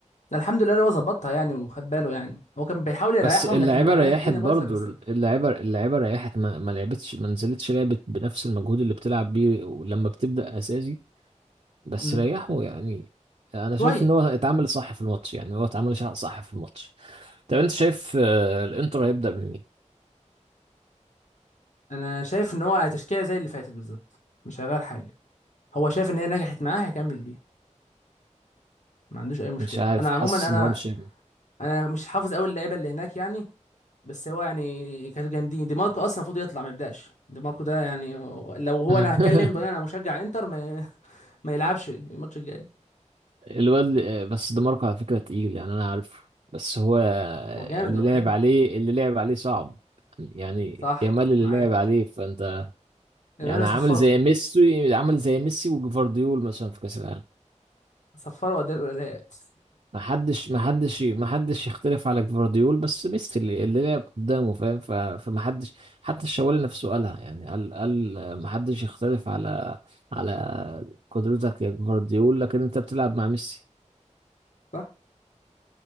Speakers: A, on the left; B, on the right.
A: ده الحمد لله اللي هو ظبطها يعني وخد باله يعني هو كان بيحاول يريحهم
B: بس اللعيبة
A: لكن لما لقى
B: ريحت
A: الدنيا
B: برضو
A: بايظه نزل
B: اللعيبة اللعيبة ريحت ما, ما لعبتش ما نزلتش لعبت بنفس المجهود اللي بتلعب بيه لما بتبدأ أساسي بس
A: امم
B: ريحوا يعني انا
A: شويه
B: شايف ان هو اتعامل صح في الماتش يعني هو اتعامل شع- صح في الماتش طب انت شايف آه، الانتر هيبدأ بمين
A: انا شايف ان هو تشكيله زي اللي فاتت بالظبط مش هيغير حاجه هو شايف ان هي نجحت معاه هيكمل بيها ما عندوش اي مشكله
B: مش عارف
A: انا
B: حاسس
A: عموما انا
B: ان هو مش ابني
A: انا مش حافظ قوي اللعيبه اللي هناك يعني بس هو يعني كانوا جامدين دي ماركو اصلا المفروض يطلع ما يبداش دي ماركو ده يعني لو هو
B: <laughs>
A: انا هتكلم بناء انا مشجع انتر ما, <laughs> ما يلعبش الماتش الجاي
B: الواد اللي- بس ده ماركو على فكرة تقيل يعني انا عارفه بس هو
A: هو جامد
B: اللي
A: هو
B: لعب
A: حلو
B: عليه اللي لعب عليه صعب يعني
A: صح
B: يامال اللي
A: معاك
B: لعب عليه فانت
A: امانو
B: يعني
A: صفره
B: عامل زي ميسي عامل زي ميسي وجفارديول مثلا في كأس العالم
A: صفره وداه الولايات
B: ما حدش ما حدش ما حدش يختلف على جفارديول بس ميسي اللي, اللي لعب قدامه فاهم ف- فما حدش حتى الشوالي نفسه قالها يعني قال قال ما حدش يختلف على على قدرتك يا جفارديول لكن انت بتلعب مع ميسي
A: <laughs>